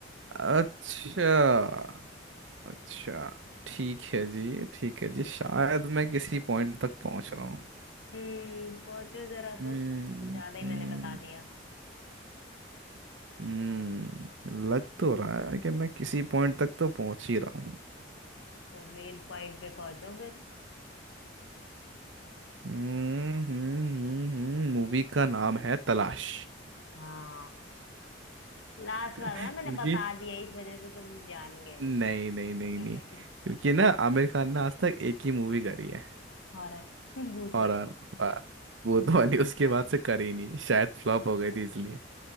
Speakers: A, on the right; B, on the left.
A: अच्छा अच्छा ठीक है जी ठीक है जी शायद मैं किसी पॉइंट तक पहुंच रहा हूँ
B: हम्म पहुंचो जरा
A: हम्म
B: तो कुछ ज्यादा ही
A: हम्म,
B: मैंने बता दिया
A: हम्म लग तो रहा है कि मैं किसी पॉइंट तक तो पहुंच ही रहा हूँ
B: वो मेन पॉइंट पे पहुंचो फिर
A: हम्म हम्म हम्म, हम्म, मूवी का नाम है तलाश
B: हाँ लास्ट वाला
A: क्योंकि
B: ना मैंने बता दिया इस वजह से तुम जान गए
A: नहीं नहीं नहीं
B: <laughs>
A: नहीं क्योंकि ना आमिर खान ने आज तक एक ही मूवी करी है
B: हॉरर भूत
A: हॉरर
B: वाला
A: वाह वो तो वाली उसके बाद से करी नहीं शायद फ्लॉप हो गई थी इसलिए